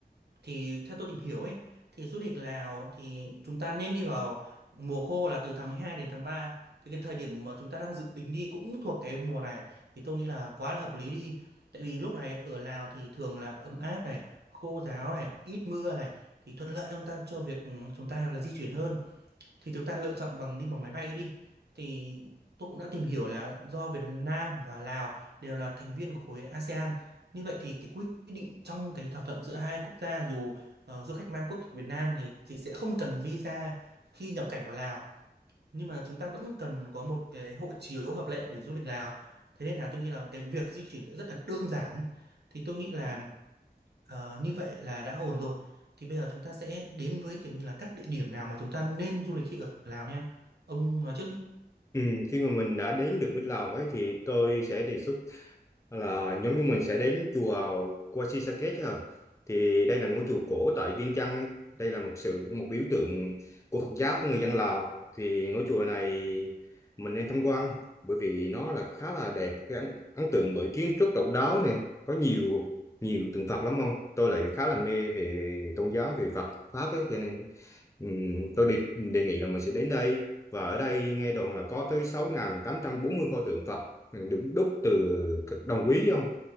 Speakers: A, on the right (about 75°); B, on the left (about 20°).
A: thì theo tôi tìm hiểu ấy thì du lịch Lào thì chúng ta nên đi vào mùa khô là từ tháng 12 đến tháng ba thì cái thời điểm mà chúng ta đang dự tính đi cũng thuộc cái mùa này thì tôi nghĩ là quá là hợp lý đi tại vì lúc này ở Lào thì thường là ấm áp này khô ráo này ít mưa này thì thuận lợi cho chúng ta cho việc chúng ta là di chuyển hơn thì chúng ta lựa chọn bằng đi bằng máy bay đi thì tôi cũng đã tìm hiểu là do Việt Nam và Lào đều là thành viên của khối ASEAN như vậy thì cái quy định trong cái thỏa thuận giữa hai quốc gia dù ờ, du khách mang quốc tịch Việt Nam thì thì sẽ không cần visa khi nhập cảnh vào Lào nhưng mà chúng ta vẫn cần có một cái hộ chiếu hợp lệ để du lịch Lào thế nên là tôi nghĩ là cái việc di chuyển sẽ rất là đơn giản thì tôi nghĩ là Ờ, như vậy là đã ổn rồi. Thì bây giờ chúng ta sẽ đến với kiểu như là các địa điểm nào mà chúng ta nên du lịch khi ở Lào nha. Ông nói trước đi.
B: Ừ, khi mà mình đã đến được với Lào ấy thì tôi sẽ đề xuất là nhóm chúng mình sẽ đến chùa Qua Si Sa Kết chứ Thì đây là ngôi chùa cổ tại Viêng Chăn ấy. Đây là một sự một biểu tượng của Phật giáo của người dân Lào. Thì ngôi chùa này mình nên tham quan bởi vì nó là khá là đẹp, cái ấn, ấn tượng bởi kiến trúc độc đáo này, có nhiều nhiều tượng Phật lắm không? Tôi lại khá là mê về tôn giáo về Phật pháp ấy cho nên Ừm, tôi đề, đề nghị là mình sẽ đến đây và ở đây nghe đồn là có tới 6.840 pho tượng Phật ừ, được đúc từ cực đồng quý chứ không?